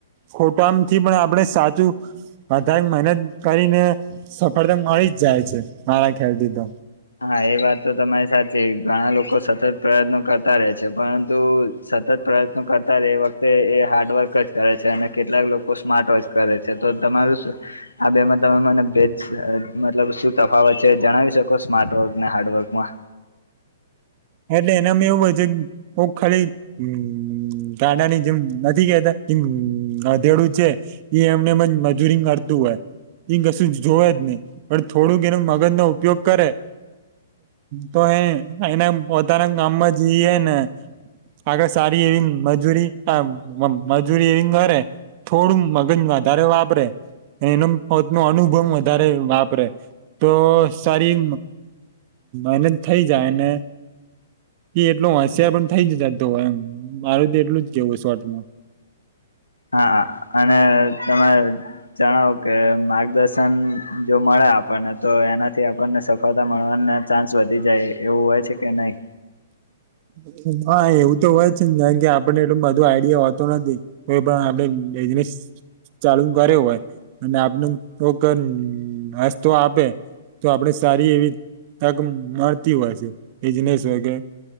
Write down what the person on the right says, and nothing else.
ખોટામથી પણ આપડ સાચું વધધારે મહેનત કરીને સફળતા મળી જ જાય છે મારા ખ્યાલ થી તો
એટલે એનામાં એવું હોય છે ખાલી હ ગાડાની જેમ નથી કેતામ હ અધેડું છે એ એમને મજૂરી કરતું હોય એઈ કશું જોવે જ નહી પણ થોડુંક એનો મગજ નો ઉપયોગ કરે. તો એ એના પોતાના ગામમાં જઈએ ને આગ સારી એવીંગ મજૂરી હ મજૂરી એવીિંગ થોડું મગજ વધારે વાપરે- એનો પોતનો અનુભવ વધારે વાપરે તો સારી. એને થઇ જાયને એ એટલ હોશિયાર પણ થઇ જ જય એમ મારું તો એટલું જ કેવું શોર્ટમાં. <unintelligible>
<inaudible> હા એવું તો હોય છે ને કારણ કે આપણને એટલું બધું આઈડિયા હોતો નથી કો પણ આપે એ જ ચાલુ કરે હોય અને આપને કોક રસ્તો આપે તો આપણે સારી એવી તક મળતી હોય છે બિજનેસ વગેરે